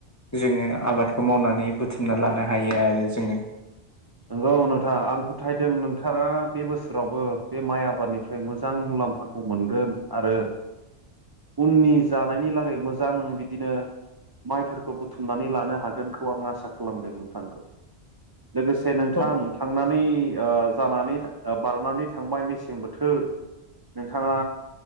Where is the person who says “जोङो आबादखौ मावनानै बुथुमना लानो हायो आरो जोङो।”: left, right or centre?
Left